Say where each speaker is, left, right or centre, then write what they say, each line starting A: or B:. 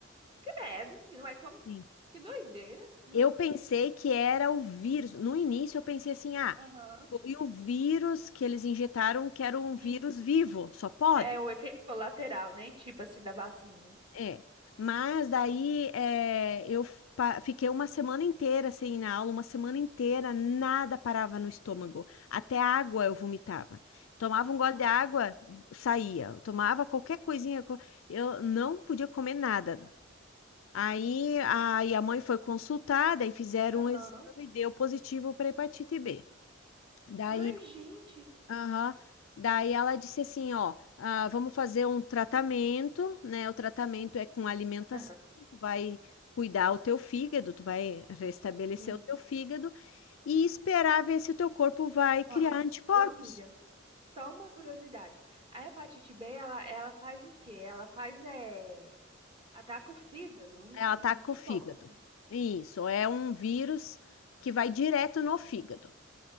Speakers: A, on the right; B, on the left.
A: Credo, menina. Uai, como?
B: sim.
A: Que doideira. <laughs>
B: Eu pensei que era o vírus. No início eu pensei assim, ah,
A: Aham.
B: foi o vírus que eles injetaram, que era um
A: Isso.
B: vírus vivo, só pode.
A: É o efeito colateral, né? Tipo assim, da vacina.
B: É, mas daí é, eu pa- fiquei uma semana inteira sem ir na aula, uma semana inteira nada parava no estômago, até água eu vomitava. Tomava um
A: Nossa,
B: gole de água, saía. Tomava qualquer coisinha, co- eu não podia comer nada.
A: pai.
B: Aí a, aí a mãe foi consultada e fizeram
A: Aham.
B: um exame, deu positivo para hepatite B. Daí
A: Mas, gente,
B: Aham. Daí ela disse assim, ó, ah, vamos fazer um tratamento, né? O tratamento é com alimentação,
A: Aham.
B: tu vai cuidar o teu fígado, tu vai restabelecer
A: Sim.
B: o teu fígado e esperar ver se o teu corpo vai criar
A: ó,
B: anticorpos.
A: ô, amiga, só uma curiosidade. A hepatite B, ela, ela faz o quê? Ela faz, é, ataca o fígado. Em,
B: É, ataca
A: em que
B: o fígado.
A: ponto, assim?
B: Isso, é um vírus que vai direto no fígado.